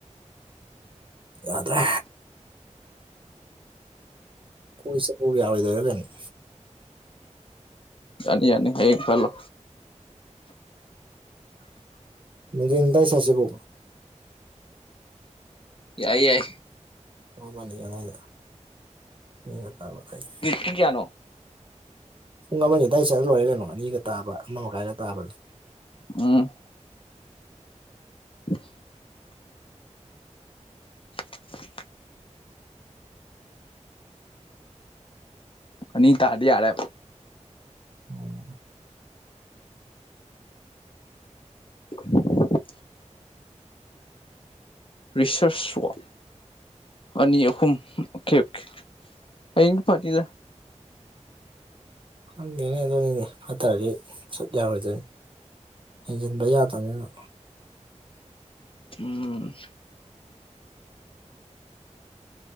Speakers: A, on the right; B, on the left.
A: ꯌꯥꯗ꯭ꯔꯦ ꯀꯣꯏ ꯆꯄꯕꯨ ꯌꯥꯔꯣꯢꯗꯣꯢꯔ ꯀꯩꯅꯣ꯫
B: ꯌꯥꯅꯤ ꯌꯥꯅꯤ ꯍꯌꯦꯡ ꯐꯍꯟꯂꯣ꯫
A: ꯅꯨꯡꯁꯤ ꯀꯥꯏ ꯁꯥꯁꯦꯒꯣ?
B: ꯌꯥꯏ ꯌꯥꯏ
A: ꯄꯨꯡ ꯑꯃꯅꯤ ꯑꯗꯥꯏꯗ ꯅꯦ ꯉꯟ ꯇꯥꯕ ꯐꯩ꯫
B: ꯃꯤ ꯀꯌꯥꯅꯣ?
A: ꯄꯨꯡ ꯑꯃꯅꯤ ꯑꯗꯥꯏ ꯆꯠꯂ ꯂꯣꯏꯔꯦ ꯀꯩꯅꯣ ꯑꯅꯤꯒ ꯇꯥꯕ ꯑꯃ ꯃꯈꯥꯏꯒ ꯇꯥꯕꯗꯣ꯫
B: ꯎꯝ <inaudible> <inaudible> ꯑꯅꯤ ꯇꯥꯔꯗꯤ ꯌꯥꯔꯦ꯫
A: ꯑꯣ
B: <inaudible> ꯔꯤꯁ꯭ꯔꯁ ꯋ꯭ꯔꯛ ꯑꯅꯤ ꯑꯍꯨꯝ ꯑꯣꯀꯦ ꯑꯣꯀꯦ ꯍꯌꯦꯡꯗꯤ ꯄꯥꯔꯇꯤꯗ꯫
A: ꯈꯪꯗꯦꯅꯦ ꯑꯗꯨꯅꯤꯅꯦ ꯐꯇꯥꯥꯗꯤ ꯆꯠ ꯌꯥꯔꯣꯢ ꯗꯣꯢꯅꯦ꯫ ꯍꯦꯟꯖꯤꯟꯕ ꯌꯥꯗꯕꯅꯤꯅ꯫
B: ꯎꯝ